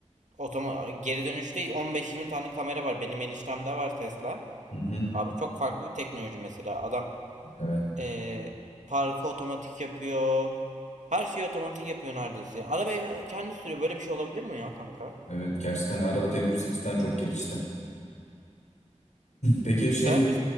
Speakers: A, on the right; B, on the left.
A: Otoma geri dönüşte 15-20 tane kamera var. Benim eniştemde var Tesla.
B: Hı hı.
A: Abi çok farklı bir teknoloji mesela. Adam
B: Evet.
A: eee parkı otomatik yapıyor. Her şeyi otomatik yapıyor neredeyse. Arabayı kendi sürüyor. Böyle bir şey olabilir mi ya kanka?
B: Evet gerçekten araba teknolojisi cidden çok gelişti. Peki
A: Sen
B: şey
A: mi?